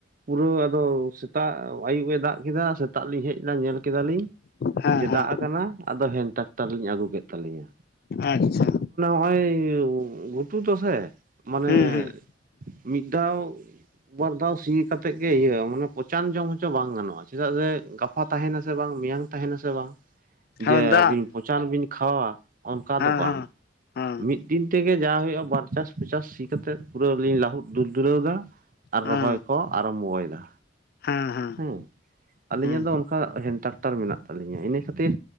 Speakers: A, on the right; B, on the left.
A: ᱯᱩᱨᱟᱹ ᱟᱫᱚ ᱥᱮᱛᱟᱜ ᱟᱹᱭᱩᱵ ᱮ ᱫᱟᱜ ᱠᱮᱫᱟ ᱥᱮᱛᱟᱜ ᱞᱤᱧ ᱦᱮᱡ ᱮᱱᱟ ᱧᱮᱞ ᱠᱮᱫᱟᱞᱤᱧ
B: ᱦᱮᱸ ᱦᱮᱸ
A: ᱡᱮ
B: ᱦᱮᱸ
A: ᱫᱟᱜ ᱟᱠᱟᱱᱟ ᱟᱫᱚ ᱦᱮᱱ ᱴᱟᱠᱴᱟᱨ ᱞᱤᱧ ᱟᱹᱜᱩ ᱠᱮᱫ ᱛᱟᱹᱞᱤᱧᱟ
B: ᱟᱪᱪᱷᱟ
A: ᱱᱚᱜᱼᱚᱭ ᱜᱷᱩᱴᱩ ᱫᱚ ᱥᱮ ᱢᱟᱱᱮ
B: ᱦᱩᱸ ᱦᱩᱸ
A: ᱢᱤᱫ ᱫᱷᱟᱣ ᱵᱟᱨ ᱫᱷᱟᱣ ᱥᱤ ᱠᱟᱛᱮᱫ ᱜᱮ ᱤᱭᱟᱹ ᱢᱟᱱᱮ ᱯᱚᱪᱟᱱ ᱡᱚᱢ ᱦᱚᱪᱚ ᱵᱟᱝ ᱜᱟᱱᱚᱜᱼᱟ ᱪᱮᱫᱟᱜ ᱡᱮ ᱜᱟᱯᱟ ᱛᱟᱦᱮᱱᱟ ᱥᱮ ᱵᱟᱝ ᱢᱮᱭᱟᱝ ᱛᱟᱦᱮᱱᱟ ᱥᱮ ᱵᱟᱝ
B: ᱦᱮᱸ
A: ᱡᱮ
B: ᱫᱟᱜ
A: ᱟᱹᱵᱤᱱ ᱯᱚᱪᱟᱱ ᱵᱤᱱ ᱠᱷᱟᱣᱟᱣᱟ ᱚᱱᱠᱟ
B: ᱦᱮᱸ
A: ᱫᱚ ᱵᱟᱝ
B: ᱦᱮᱸ ᱦᱮᱸ
A: ᱢᱤᱫ ᱢᱤᱫ ᱫᱤᱱ ᱛᱮᱜᱮ ᱡᱟ ᱦᱩᱭᱩᱜᱼᱟ ᱵᱟᱨ ᱪᱟᱥ ᱯᱚᱪᱟᱥ ᱥᱤ ᱠᱟᱛᱮᱜ ᱯᱩᱨᱟᱹ ᱞᱤᱧ ᱞᱟᱹᱦᱩᱫ ᱫᱩᱞ ᱫᱩᱞᱟᱹᱣ ᱮᱫᱟ ᱟᱨ
B: ᱦᱮᱸ
A: ᱨᱚᱦᱚᱭ ᱠᱚ ᱟᱨᱟᱢᱵᱷᱚᱭᱮᱫᱟ
B: ᱦᱮᱸ ᱦᱮᱸ
A: ᱦᱩᱸ ᱟᱞᱤᱧᱟᱜ
B: ᱦᱩᱸ
A: ᱫᱚ ᱚᱱᱠᱟ ᱦᱮᱱ ᱴᱟᱠᱴᱟᱨ ᱢᱮᱱᱟᱜ ᱛᱟᱹᱞᱤᱧᱟ ᱤᱱᱟᱹ ᱠᱷᱟᱹᱛᱤᱨ